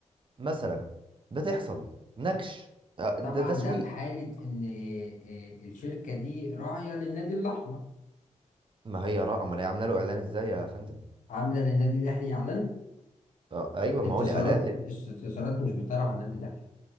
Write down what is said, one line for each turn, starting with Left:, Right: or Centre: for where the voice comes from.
Right: مثلا بتحصل نكش آه، ده
Left: طبعا
Right: تسويق
Left: ده في حالة إن آه، الشركة دي راعية للنادي الأحمر
Right: ما هي را أمال هي عاملة له إعلان إزاي يا فندم
Left: عاملة للنادي الأهلي إعلان
Right: آه، أيوه
Left: اتصالات
Right: ما هو الإعلان لل...
Left: استثمارات مش بترعى النادي الأهلي